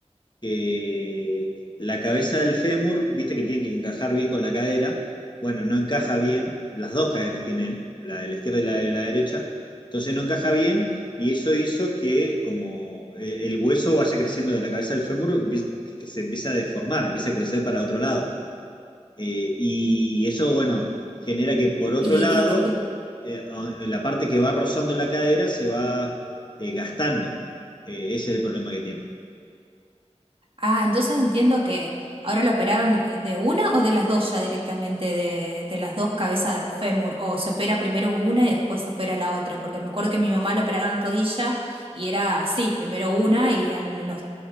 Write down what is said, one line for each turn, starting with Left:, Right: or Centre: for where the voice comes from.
Left: que la cabeza del fémur, viste que tiene que encajar bien con la cadera, bueno, no encaja bien, las dos caderas tiene él, la de la izquierda y la de la derecha, entonces no encaja bien y eso hizo que como eh, el hueso vaya creciendo de la cabeza del fémur, empie- que se empieza a deformar, empieza a crecer para otro lado. Eh, y eso, bueno, genera que por otro
Right: Y
Left: lado,
Right: eh, escu-
Left: eh, a- la parte que va rozando la cadera se va eh, gastando. Eh, ese es el problema que tiene.
Right: Ah, entonces entiendo que ahora lo operaron de una o de las dos ya directamente, de, de las dos cabezas del fémur, o se opera primero una y después se opera la otra, porque me acuerdo que mi mamá lo operaron rodilla y era así, primero una y al menos